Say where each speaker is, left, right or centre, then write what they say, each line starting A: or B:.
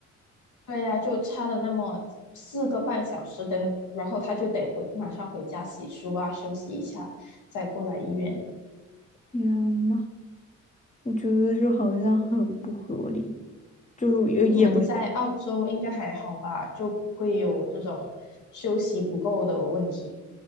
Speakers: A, on the left; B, on the left.
A: 对呀，就差了那么四个半小时，的，然后他就得回马上回家洗漱啊，休息一下，再过来医院。
B: 天呐，我觉得这好像很不合理，就是也也不是。
A: 你们在澳洲应该还好吧？就不会有这种休息不够的问题。